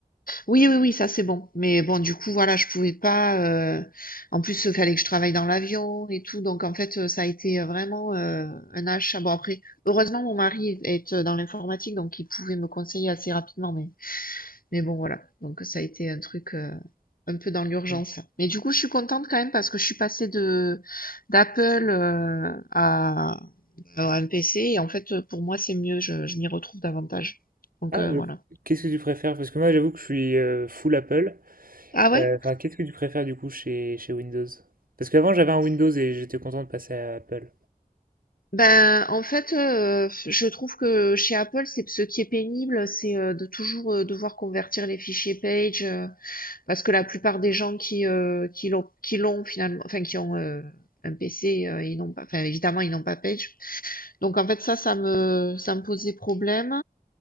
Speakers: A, on the left; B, on the right.
A: Oui, oui, oui, ça c'est bon. Mais bon, du coup, voilà, je pouvais pas. euh, En plus, il fallait que je travaille dans l'avion et tout. Donc, en fait, euh, ça a été euh, vraiment euh, un achat. Bon, après, heureusement, mon mari est euh, dans l'informatique, donc il pouvait me conseiller assez rapidement. Mais, mais bon, voilà. Donc, ça a été un truc euh, un peu dans l'urgence.
B: Ouais.
A: Mais du coup, je suis contente quand même parce que je suis passée de d'Apple euh, à, à un PC. Et en fait, euh, pour moi, c'est mieux. Je, je m'y retrouve davantage. Donc,
B: Ah,
A: euh,
B: euh,
A: voilà.
B: qu'est-ce que tu préfères? Parce que moi, j'avoue que je suis euh, full Apple.
A: Ah ouais?
B: Euh, Enfin, qu'est-ce que tu préfères du coup chez, chez Windows? Parce qu'avant, j'avais un Windows et j'étais content de passer à Apple.
A: Ben, en fait, heu, je trouve que chez Apple, c'est ce qui est pénible, c'est, heu, de toujours, heu, devoir convertir les fichiers Page, heu, parce que la plupart des gens qui, heu, qui l'ont qui l'ont finalement enfin qui ont, heu, un PC, heu, ils n'ont pas enfin évidemment ils n'ont pas Page. Donc en fait ça, ça me ça me posait problème,